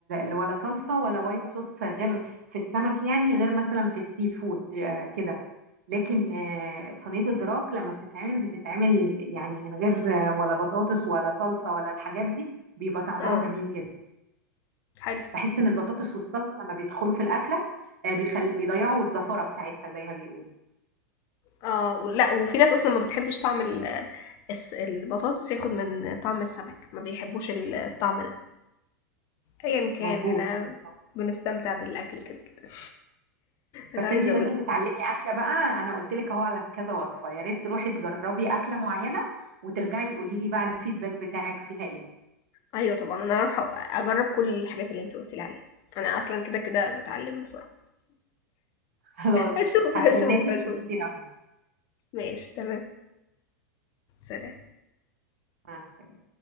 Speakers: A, on the right; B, on the left.
A: ل- ولا صلصه ولا وايت صوص غير في السمك يعني غير مثلا في السي فود آه، كده لكن آه، صينيه الدراك لما بتتعمل بتتعمل يعني من غير آه، ولا بطاطس ولا صلصه ولا الحاجات دي بيبقى طعمها
B: آه،
A: جميل جدا
B: حلو.
A: بحس ان البطاطس والصلصه لما بيدخلوا في الاكله آه، بيخل... بيضيعوا الزفره بتاعتها زي ما بيقولوا
B: آه، ولأ وفي ناس أصلًا ما بتحبش طعم ال الس البطاطس ياخد من طعم السمك، ما بيحبوش ال الطعم ده، أيًا كان
A: مظبوط
B: إحنا
A: بالظبط
B: بنستمتع بالأكل كده، كده. أنا
A: بس
B: عايزة
A: انتي لازم
B: أقول لِك
A: تتعلمي اكله بقى انا قلت لك اهو على كذا وصفه يا ريت تروحي تجربي اكله معينه وترجعي تقولي لي بقى الفيدباك بتاعك فيها ايه
B: أيوه طبعًا، أنا هاروح أجرّب كل الحاجات اللي أنتِ قُلتِ لي عليها، أنا أصلًا كده، كده باتعلم بسرعة.
A: <laughs> خلاص
B: هاشوف،
A: هستناكي
B: هاشوف، هاشوف.
A: تقولي لي رايك
B: ماشي تمام سلام
A: مع السلامه